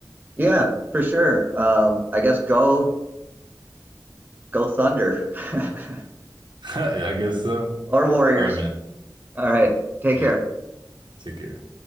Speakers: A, on the right (about 25°); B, on the right (about 75°).
A: yeah, for sure. Um, I guess go go Thunder <laughs>
B: <laughs> I guess so.
A: or Warriors.
B: All right, man.
A: All right, take
B: Yeah,
A: care.
B: take care.